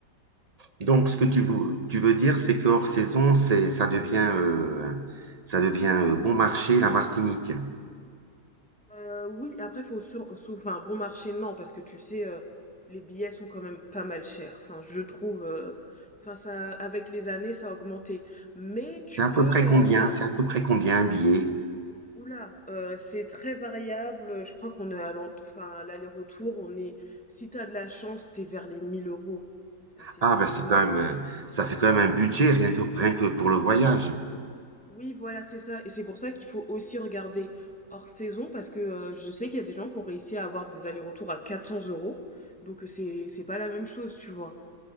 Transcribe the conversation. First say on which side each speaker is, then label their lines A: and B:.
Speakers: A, on the right; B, in the centre.
A: Donc, ce que tu veux, tu veux dire, c'est que hors saison, c'est, ça devient, euh, ça devient euh, bon marché, la Martinique.
B: Euh, oui, après faut sur, sou- enfin bon marché non parce que tu sais euh, les billets sont quand même pas mal chers. Enfin je trouve, euh, enfin ça avec les années ça a augmenté. Mais tu
A: C'est à peu
B: peux,
A: près combien?
B: euh, enfin
A: C'est à peu près combien un billet?
B: Oula, euh, c'est très variable. Je crois qu'on est à l'ent- enfin, à l'aller-retour, on est, si t'as de la chance, t'es vers les 1000 euros assez
A: Ah,
B: facilement.
A: ben c'est quand même, euh, ça fait quand même un budget rien que, rien que pour le voyage.
B: Oui, voilà, c'est ça. Et c'est pour ça qu'il faut aussi regarder hors saison parce que euh, je sais qu'il y a des gens qui ont réussi à avoir des allers-retours à 400 euros. Donc euh, c'est c'est pas la même chose, tu vois.